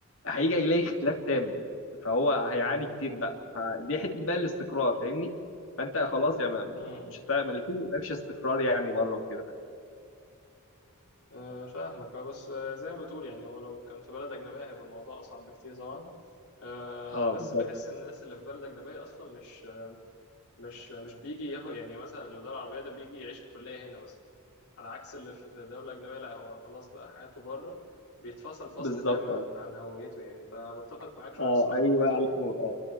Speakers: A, on the left; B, on the left.
A: هيجي يلاقي اختلاف تام فهو هيعاني
B: مم.
A: كتير بقى فدي حته بقى الاستقرار فاهمني فانت خلاص يعني ما-
B: مم.
A: مش هتع- ما لكيش استقرار يعني مره وكده بقى.
B: آه، فاهمك اه بس آه، زي ما بتقول يعني هو لو كان في بلد أجنبية هيبقى الموضوع أصعب بكتير طبعا آه،
A: اه
B: بس
A: بالظبط
B: بحس ان الناس اللي في بلد اجنبيه اصلا مش مش مش بيجي ياهو يعني مثلا اللي في دوله عربيه ده بيجي يعيش الكليه هنا مثلا على عكس اللي في دوله اجنبيه لا هو خلاص بقى حياته بره بيتفصل فصل
A: بالظبط
B: تام عن
A: اه
B: عن هويته يعني فمتفق معاك شويه
A: اه
B: الصراحه
A: ايوه
B: من النقطه
A: عليك
B: دي
A: نور اه